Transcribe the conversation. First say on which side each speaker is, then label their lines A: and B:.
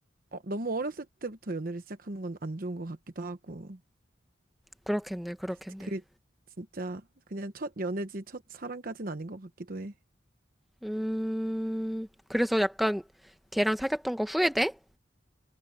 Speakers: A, on the right (about 50°); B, in the centre.
A: 어, 너무 어렸을 때부터 연애를 시작하는 건 안 좋은 것 같기도 하고
B: 그렇겠네, 그렇겠네.
A: 그, 그게 진짜 그냥 첫 연애지 첫 사랑까진 아닌 것 같기도 해
B: 음, 그래서 약간 걔랑 사귀었던 거 후회돼?